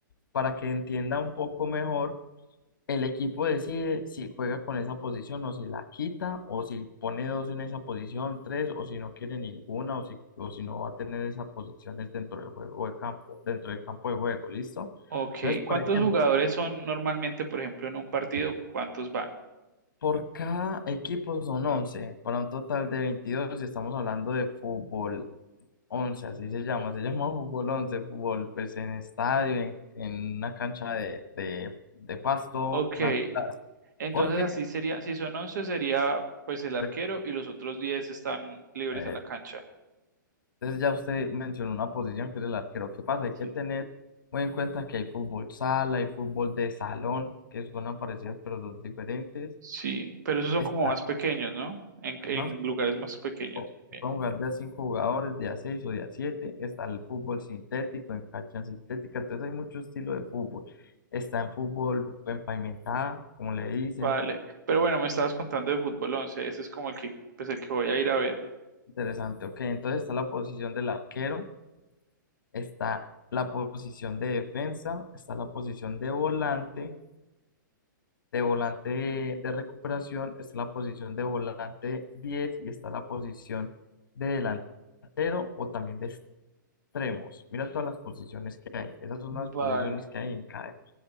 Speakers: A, on the left; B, on the right.
A: para que entienda un poco mejor, el equipo decide si juega con esa posición o si la quita o si pone dos en esa posición, tres o si no quiere ninguna o si, o si no va a tener esas posiciones dentro del juego de campo, dentro del campo de juego, ¿listo?
B: Ok,
A: Entonces,
B: ¿cuántos
A: por ejemplo,
B: jugadores son normalmente, por ejemplo, en un partido? ¿Cuántos van?
A: por cada equipo son once para un total de 22 y estamos hablando de fútbol once así se llama, se <laughs> llama fútbol once fútbol pues en estadio, en, en una cancha de, de, de pasto
B: Ok,
A: natural,
B: entonces
A: porque...
B: así sería, si son 11 sería pues el arquero
A: pues,
B: y los otros 10 están libres
A: eh,
B: en la cancha.
A: Entonces ya usted mencionó una posición que es el arquero. ¿Qué pasa? Hay
B: Sí.
A: que tener muy en cuenta que hay fútbol sala, hay fútbol de salón, que son parecidas pero son diferentes.
B: Sí, pero esos son
A: Está,
B: como más pequeños, ¿no? En,
A: ajá,
B: en lugares más pequeños.
A: o-
B: Bien.
A: pueden jugar de a cinco jugadores, de a seis o de a siete. Está el fútbol sintético, en cancha sintética. Entonces hay mucho estilo de fútbol. Está en fútbol en pavimentada, como le dicen.
B: Vale, pero bueno, me estabas contando de fútbol 11, ese es como el que, pues el que voy a ir a ver.
A: Interesante. Ok, entonces está la posición del arquero, está la posición de defensa, está la posición de volante De volante de recuperación está la posición de volante 10 y está la posición de delantero o también de extremos. Mira todas las posiciones que hay. Esas son las
B: Vale.
A: posiciones que hay en cada.